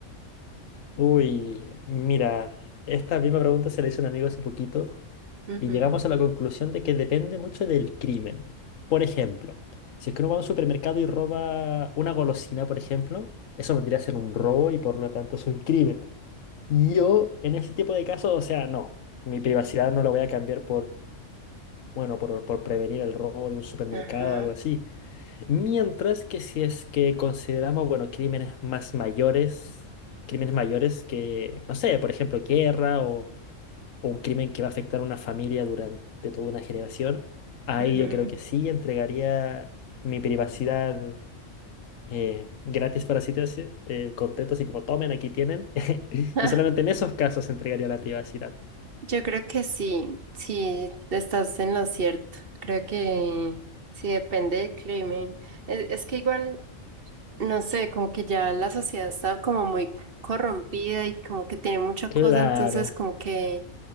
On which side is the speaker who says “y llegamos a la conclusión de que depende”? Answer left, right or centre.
Left